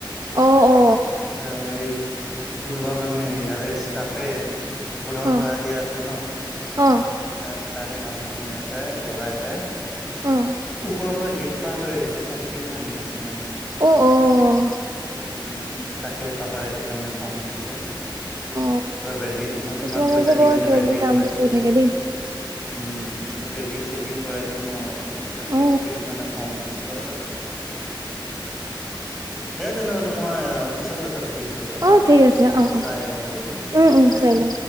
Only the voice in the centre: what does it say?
এ এই, কোনোবা মানে ইয়াৰে ষ্টাফে গুদাউন
ভাড়া দিয়া আছে ন
তাৰ, তাৰে মানুহ এটা ল'ৰা এটাই
ওপৰৰ পৰা গেট পাৰ হৈ আহিছে ফেঞ্চিং ভাঙি দিছে মানে
উম, তাকে পাপাৰ এইটো কাৰণে খং উঠিছে
পুৰা ৱেল্ডিং
ইমান পইচা
দি
কিনে
ৱেল্ডিং
কৰাইছো
উম,
ৱেডিং চেল্টিং কৰাইছো ন। ত'
এইটো কাৰণে খং উঠিছে পাপাৰ দিয়া তেনেহ'লে মই পিছত কথা পাতি আছো ৰ'বা হা
চাই লও এইতো